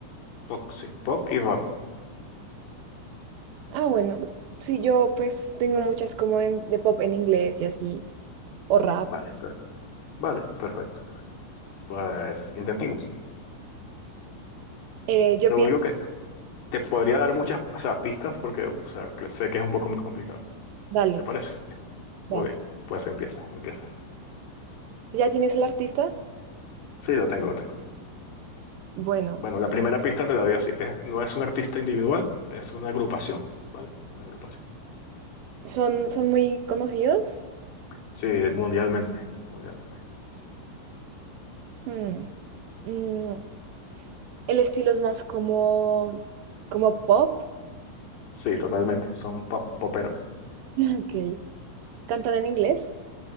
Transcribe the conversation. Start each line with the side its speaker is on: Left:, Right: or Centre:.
Left: Pop, sí, pop y rock.
Right: Ah, bueno, sí, yo pues tengo muchas como en- de pop en inglés y así, o rap.
Left: Vale, perfecto. Vale, perfecto. Pues intentemos.
Right: Eh, yo
Left: Lo
Right: pienso,
Left: único que Te podría dar muchas, o sea, pistas porque, o sea, sé que es un poco más complicado.
Right: dale,
Left: ¿Te parece? Muy
Right: dale.
Left: bien. Pues empieza, empiezas.
Right: ¿Ya tienes el artista?
Left: Sí, lo tengo, lo tengo.
Right: Bueno,
Left: Bueno, la primera pista te la doy así. Es- no es un artista individual, es una agrupación, ¿vale? Una agrupación.
Right: ¿son, son muy conocidos?
Left: Sí, mundialmente, mundialmente.
Right: Mm, mm, el estilo es más como, como pop.
Left: Sí, totalmente. Son pop- poperos.
Right: <laughs> Ok. ¿Cantan en inglés?